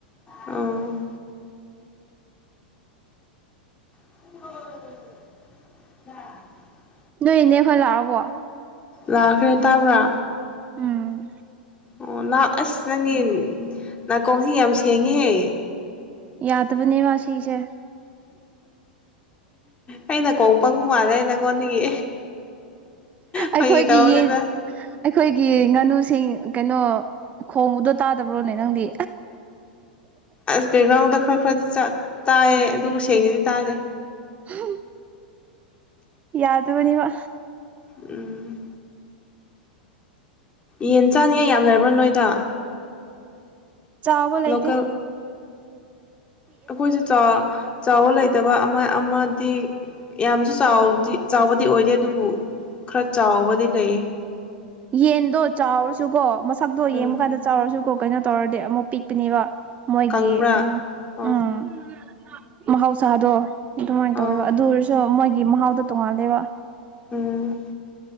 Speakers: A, on the left (about 25°); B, on the right (about 30°).
A: ꯎꯝ <unintelligible>
B: ꯅꯣꯏ ꯏꯅꯦ ꯈꯣꯏ ꯂꯥꯛꯑꯕꯣ
A: ꯂꯥꯛꯈ꯭ꯔꯦ ꯇꯥꯕ꯭ꯔꯥ
B: ꯎꯝ
A: ꯑꯣ ꯂꯥꯛ ꯑꯁ ꯅꯪꯒꯤ ꯅꯥꯀꯣꯡꯁꯤ ꯌꯥꯝ ꯁꯦꯡꯉꯤꯍꯦ
B: ꯌꯥꯗꯕꯅꯤꯕ ꯁꯤꯒꯤ ꯁꯦ
A: ꯑꯩ ꯅꯥꯀꯣꯡ ꯄꯪꯕ ꯃꯥꯥꯟꯅꯦ ꯅꯪꯉꯣꯟꯗꯒꯤ ꯐꯥꯒꯤ
B: ꯑꯩꯈꯣꯏꯒꯤ
A: ꯇꯧꯕꯅꯤꯗ
B: ꯌꯦꯟ ꯑꯩꯈꯣꯏꯒꯤ ꯉꯥꯅꯨꯁꯤꯡ ꯀꯩꯅꯣ ꯈꯣꯡꯕꯗꯣ ꯇꯥꯗꯕ꯭ꯔꯣꯅꯦ ꯅꯪꯗꯤ
A: ꯑꯁ ꯕꯦꯛꯒ꯭ꯔꯥꯎꯟꯗ ꯈꯔ ꯈꯔꯗꯤ ꯇꯥꯏꯌꯦ ꯑꯗꯨꯕꯨ ꯁꯦꯡꯅꯗꯤ ꯇꯥꯗꯦ
B: <unintelligible> ꯌꯥꯗꯕꯅꯤꯕ
A: ꯎꯝ ꯌꯦꯟ ꯆꯥꯅꯤꯉꯥꯏ ꯌꯥꯝ ꯂꯩꯔꯕ꯭ꯔꯣ ꯅꯣꯏꯗ
B: ꯆꯥꯎꯕ ꯂꯩꯥꯇꯦ
A: ꯂꯣꯀꯦꯜ ꯑꯩꯈꯣꯏꯁꯨ ꯆꯥꯎꯕ ꯆꯥꯎꯕ ꯂꯩꯇꯕ ꯑꯃ ꯑꯃꯗꯤ ꯌꯥꯝꯁꯨ ꯆꯥꯎ ꯆꯥꯎꯕꯗꯤ ꯑꯣꯏꯗꯦ ꯑꯗꯨꯕꯨ ꯈꯔ ꯆꯥꯎꯕꯗꯤ ꯂꯩꯑꯦ
B: ꯌꯦꯟꯗꯣ ꯆꯥꯎꯔꯁꯨꯀꯣ ꯃꯁꯛꯇꯣ
A: ꯎꯝ
B: ꯌꯦꯡꯕ ꯀꯥꯟꯗ ꯆꯥꯎꯔꯖꯨꯀꯣ ꯀꯩꯅꯣ ꯇꯧꯔꯗꯤ ꯑꯃꯨꯛ ꯄꯤꯛꯇꯨꯅꯦꯕ ꯃꯣꯏꯒꯤ
A: ꯀꯪꯕ꯭ꯔꯥ
B: ꯀꯩꯅꯣ
A: ꯑꯣ
B: ꯎꯝ ꯃꯍꯧ ꯁꯥꯗꯣ ꯑꯗꯨꯃꯥꯏꯅ
A: ꯑꯣ
B: ꯇꯧꯋꯦꯕ ꯑꯗꯨ ꯑꯣꯏꯔꯖꯨ ꯃꯣꯏꯒꯤ ꯃꯍꯥꯎꯗꯣ ꯇꯣꯡꯉꯥꯜꯂꯦꯕ
A: ꯎꯝ